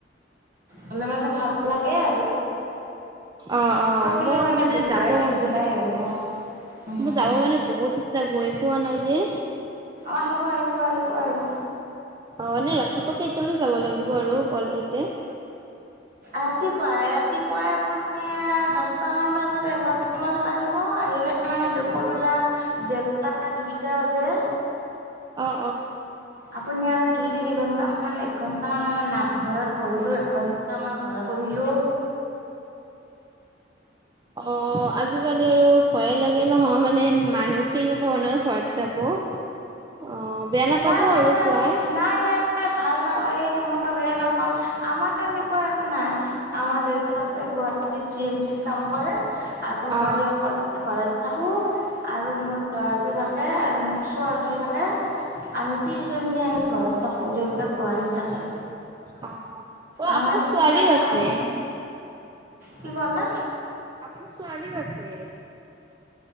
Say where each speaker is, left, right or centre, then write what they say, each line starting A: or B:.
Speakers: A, on the right (about 50°); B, on the right (about 25°).
A: হলে মানে ভাল লাগে আৰু।
B: অ অ
A: চবগিলাই
B: মই মানে
A: বগাই
B: যাব
A: পিন্ধি
B: বহুত
A: যায় আৰু
B: অ।
A: উম
B: মোৰ যাব মানে বহুত ইচ্ছা গৈ পোৱা নাই যে।
A: অ আহিব আহিব আহিব আহিব।
B: অ নে ৰাতিপুৱা কেইটামানো যাব লাগিব আৰু গল ইতে।
A: ৰাতিপুৱাই ৰাতিপুৱাই আপুনি দহটামান বজাত এঘাৰটামান বজাত আহিব আহিলে। মানে দুপৰবেলা দেৰটা দুইটা বাজে।
B: অ।
A: আপুনি আৰু। দুই তিনি ঘণ্টামান একঘণ্টামান আমাৰ নামঘৰত বহিলো একঘণ্টা আমাৰ ঘৰত বহিলোঁ।
B: <unintelligible> অ আজিকালি আৰু ভয়ে লাগে নহয় মানে। মানুহ চিনি নোপোৱা মানুহ ঘৰত যাব। অ বেয়া নাপাব
A: নাই নাই
B: আৰু
A: নাই
B: কোৱাই
A: নাই নাই। এ ভাল নাপাওঁ এ মই বেয়া নাপাও আমাৰ এনেকুৱা একো নাই আমাৰ দেউতা আছে। গুৱাহাটীত জি এম চিত ত কাম কৰে আৰু
B: অ
A: মই অকলে ঘৰত। থাকো আৰু মোৰ ল'ৰাটো থাকে আৰু মোৰ ছোৱালীটো থাকে। তে আমি তিনিজনী আমি ঘৰত থাকো দেউতাক গুৱাহাটীত থাকে।
B: অ অ
A: আমাৰ
B: আপোনাৰ
A: এইবিলাকো
B: ছোৱালীও আছে
A: সে নাই কি কলে।
B: আপোনাৰ ছোৱালীও আছে।